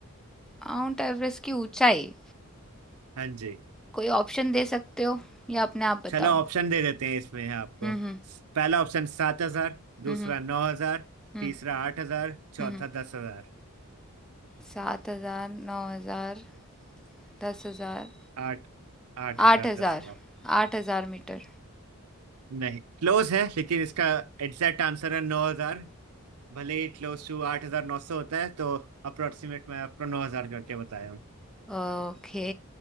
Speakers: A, in the centre; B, on the right.
A: माउंट एवरेस्ट की ऊंचाई
B: हाँ जी
A: कोई ऑप्शन दे सकते हो या अपने आप बताओ
B: चलो ऑप्शन दे देते हैं इसमें आपको
A: हम्म हम्म
B: पहला ऑप्शन सात हजार
A: हम्म
B: दूसरा नौ हजार
A: हम्म
B: तीसरा आठ हजार चौथा
A: हम्म
B: दस हजार
A: सात हजार नौ हजार दस हजार
B: आठ आठ हजार
A: आठ हजार
B: दस हजार
A: आठ हजार मीटर
B: नहीं क्लोज है लेकिन इसका एग्जैक्ट आंसर है नौ हजार भले ही क्लोज टू आठ हजार नौ सौ होता है तो अप्रोक्सीमेट मैं आपको नौ हजार करके बताया हूँ
A: ओके